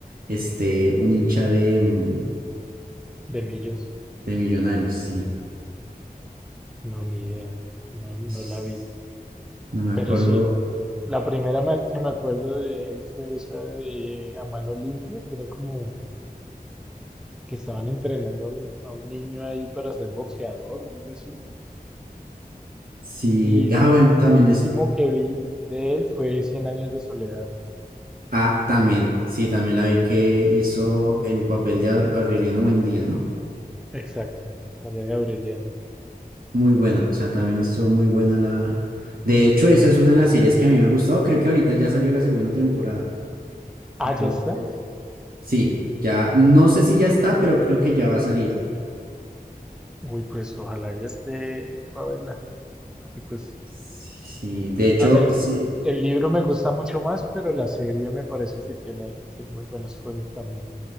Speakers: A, on the right; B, in the centre.
A: este, un hincha de, mm,
B: de millos.
A: de Millonarios, sí.
B: No, ni idea. No, no
A: S-
B: la vi.
A: No me
B: Pero
A: acuerdo
B: sí, la primera ma- que me acuerdo de él fue esa de A Mano Limpia, que era como que estaban entrenando a un, a un niño ahí para ser boxeador o algo así.
A: si...
B: Y lo,
A: Ah, bueno,
B: lo
A: también
B: último
A: es...
B: que vi de él fue cien años de soledad.
A: Ah, también, sí, también la vi que hizo el papel de Aur- Aureliano Buendía, ¿no?
B: Exacto, Soledad Aureliano.
A: Muy buena, o sea, también estuvo muy buena la... De hecho, esa es una de las series que a mí me ha gustado, creo que ahorita ya salió la segunda temporada.
B: Ah,
A: Entonces,
B: ya está.
A: sí, ya, no sé si ya está, pero creo que ya va a salir.
B: Uy, pues ojalá ya esté para verla. porque, pues,
A: Sí, de hecho,
B: a ver,
A: sí,
B: el libro me gusta mucho más, pero la serie me parece que tiene, tiene muy buenas cosas también.